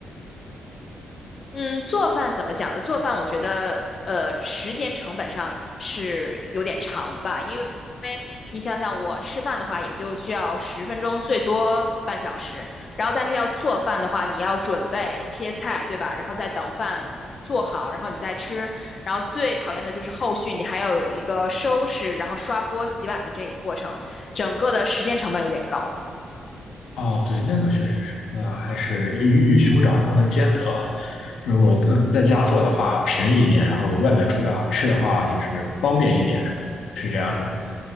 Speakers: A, on the left; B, on the left.
A: 嗯，做饭怎么讲呢？做饭我觉得，呃，时间成本上是有点长吧，因为因为你想想，我吃饭的话也就需要十分钟，最多半小时。然后，但是要做饭的话，你要准备切菜，对吧？然后再等饭做好，然后你再吃。然后最讨厌的就是后续你还要有一个收拾，然后刷锅、洗碗的这个过程，整个的时间成本有点高。
B: 哦，对，那个确实是，那还是鱼与熊掌不能兼得吧。如果嗯在家做的话便宜一点，然后外面出的吃的话就是方便一点，是这样的。